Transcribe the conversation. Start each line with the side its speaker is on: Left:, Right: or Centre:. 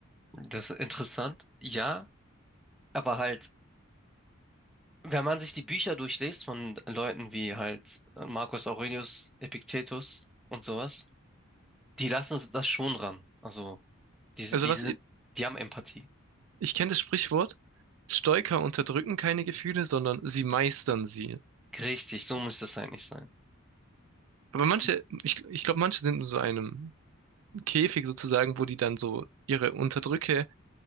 Centre: das ist interessant, ja, aber halt, wenn man sich die Bücher durchliest von Leuten wie halt äh, Marcus Aurelius, Epiktetus und sowas, die lassen das schon ran. Also, die,
Right: Also
Centre: die
Right: was,
Centre: sind, die haben Empathie.
Right: Ich kenne das Sprichwort, Stoiker unterdrücken keine Gefühle, sondern sie meistern sie.
Centre: Richtig, so müsste es eigentlich sein.
Right: Aber manche,
Centre: Und,
Right: ich, ich glaube, manche sind in so einem Käfig sozusagen, wo die dann so ihre Unterdrücke,